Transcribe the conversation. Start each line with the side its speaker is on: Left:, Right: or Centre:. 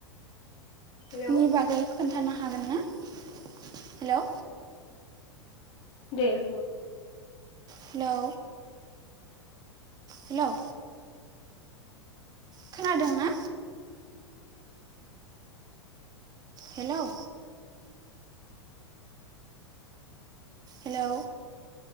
Left: हेलौ
Right: नि बागै <unintelligible> खोन्थानो हागोन ना हेलौ
Left: दे बुं
Right: हेलौ हेलौ खोनादोंना हेलौ हेलौ